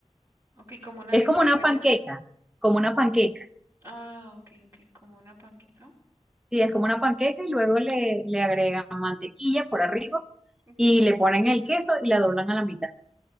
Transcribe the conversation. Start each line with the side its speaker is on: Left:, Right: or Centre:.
Right: Ok, como una
Centre: Es
Right: arepa
Centre: como una
Right: al relleno.
Centre: panqueca, como una panqueca.
Right: Ah, ok, ok, como una panqueca.
Centre: Sí, es como una panqueca y luego le, le agregan mantequilla por arriba
Right: Ujú.
Centre: y le ponen el queso y la doblan a la mitad.